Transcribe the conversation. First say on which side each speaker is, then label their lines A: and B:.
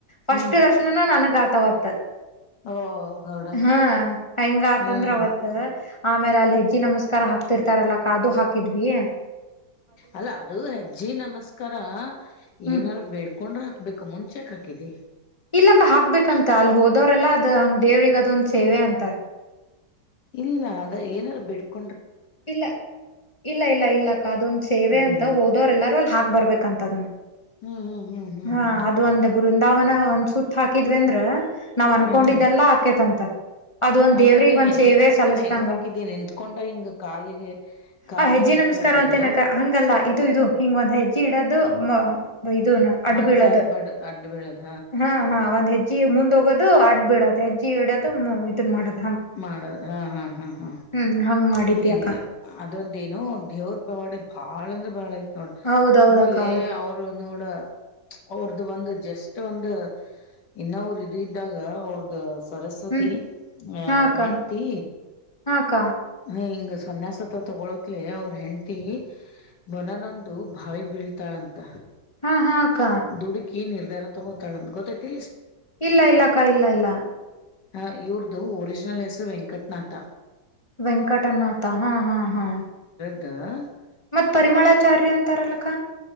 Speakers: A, on the left (about 20°); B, on the left (about 65°).
A: ಫಸ್ಟ್
B: ಹ್ಮ್
A: ದರ್ಶನನ ನನ ಗ ಆತ ವತೆ
B: ಓ ನೋಡ
A: ಹಾ ಹಿಂಗ ಆತಂದ್ರವತ್
B: ಹ್ಮ್
A: ಆಮೇಲೆ ಅಲ್ಲಿ ಹೆಜ್ಜಿ ನಮಸ್ಕಾರ ಹಾಕ್ತಿರ್ತಾರಲ್ಲ ಅದು ಹಾಕಿದ್ವಿ
B: ಅಲ್ಲ ಅದು ಹೆಜ್ಜಿ ನಮಸ್ಕಾರ ಕರ
A: ಹ್ಮ್
B: ಏನಾರ ಬೇಡ್ಕೊಂಡ್ರ ಹಾಕ್ಬೇಕು ಮುಂಚೆಕ್ ಹಾಕಿದಿ
A: ಇಲ್ಲಾಕ್ಕ ಹಾಕ್ಬೇಕಂತ ಅಲ್ಲಿ ಹೋದವ್ರಲ್ಲಾ ಅದ ಹಂಗ ದೇವ್ರಿಗ ಅದೊಂದ ಸೇವೆ ಅಂತ
B: ಇಲ್ಲ ಅದ ಏನಾರು ಬಿಡ್ಕು
A: ಇಲ್ಲ ಇಲ್ಲ ಇಲ್ಲ ಇಲ್ಲಕ್ಕ ಅದುೊಂದು ಸೇವೆ
B: ಹ್ಮ್
A: ಅಂತ ಹೋದೋರೆ ಎಲ್ಲಾರೂ ಅಲ್ಲಿ ಹಾಕ್ ಬರ್ಬೇಕಂತ
B: ಹ್ಮ್ ಹ್ಮ್ ಹ್ಮ್ ಹ್ಮ್
A: ಹಾ
B: ಹ್ಮ್ ಹ್ಮ್
A: ಅದು ಒಂದ ಬೃಂದಾವನ ಒಂದ ಸುತ್ತ ಹಾಕಿದ್ವಿ ಅಂದೆ ನಾವ್ ಅನ್ಕೊಂಡಿದ್ದೆಲ್ಲಾ
B: ಹ್ಮ್ ಹ್ಮ್
A: ಆಾಕೇತ ಅಂತ ಅದ ಒಂದ್
B: ಅಂದ್ರ
A: ದೇವ್ರಗ್
B: ನೀ
A: ಒಂದ್
B: ಹೆಜ್ಜೆ
A: ಸೇವೆ
B: ನಮಸ್ಕಾರ
A: ಸಲಸ್ದಂಗ
B: ಹೆಂಗ್ ಹಾಕಿದಿ ನಿಂತ್ಕೊಂಡ ಹಿಂಗ ಕಾಲಿಗೆ ಕಾಲ್
A: ಹ ಹೆಜ್ಜಿ
B: ಹಿಂಗ ಇಟ್ಟ
A: ನಮಸ್ಕಾರ
B: ಹಾಕಿದೋ
A: ಅಂತೇನಕ್ಕ ಹಂಗಲ್ಲ ದು ಇದು ಹಿಂಗ ಒಂದ್ ಹೆಜ್ಜಿ ಇಡದು ಇದೂನು ಅಡ್
B: ಮೊಣಕಾಲ್
A: ಬೀಳೋದು
B: ಬಡ್ ಅಡ್ಡ ಬೀಳದ
A: ಹಾ ಹಾ ಒಂದ್ ಹೆಜ್ಜಿ ಮುಂದ ಹೋಗೋದು ಅಡ್ ಬೀಳದು ಹೆಜ್ಜಿ ಇಡೋದು ಇದನ್ ಮಾಡದು
B: ಮಾಡ ಹಾ ಹಾ ಹಾ ಹಾ
A: ಹ್ಮ್ ಹಂಗ್ ಮಾಡಿದ್ವಿ
B: ಇಲ್ಲ
A: ಅಕ್ಕ
B: ಅದೊಂದ ಏನೋ ದೇವ್ರ ಪವಾಡಿ ಬಾಳ ಅಂದ್ರೆ ಬಾಳ ತ ನೋಡ
A: ಹೌದೌದಕ್ಕ
B: ಆಮೇಲೆ
A: ಹೌದು
B: ಅವರು ನೋಡ ಅವ್ರದುು ಬಂದು ಜಸ್ಟ್ ಒಂದು ಇನ್ನ ಅವರು ಇದು ಇದ್ದಾಗ ಅವ್ರ್ದ ಸರಸ್ವತಿ
A: ಹ್ಮ್
B: ಹ
A: ಹಾ
B: ಅವ್ರ
A: ಅಕ್ಕ
B: ಹೆಂಡ್ತಿ
A: ಹಾ ಅಕ್ಕ
B: ಹಿಂಗ್ ಸನ್ಯಾಸತ್ರ ತಗೊಳಕ್ಲ ಅವ್ರ ಹೆಂಡ್ತಿ ಮನನೊಂದು ಬಾವಿ ಬೀಳ್ತಾಳಂತ
A: ಹಾ ಹಾ ಅಕ್ಕ
B: ದುಡುಕಿ ನಿರ್ಧಾರ ತಗೋತಾಳ ಅಂತ ಗೊತ್ತತಿ
A: ಇಲ್ಲ ಇಲ್ಲಕ್ಕ ಇಲ್ಲ ಇಲ್ಲ
B: ಹ ಇವ್ರದುು ಒರಿಜಿನಲ್ ಹೆಸರು ವೆಂಕಟ್ನಾಥ
A: ವೆಂಕಟನಾಥ ಹಾ ಹಾ ಹಾ
B: ದ
A: ಮತ್ ಪರಿಮಳಾಚಾರ್ಯ ಅಂತಾರಲ್ಲಕ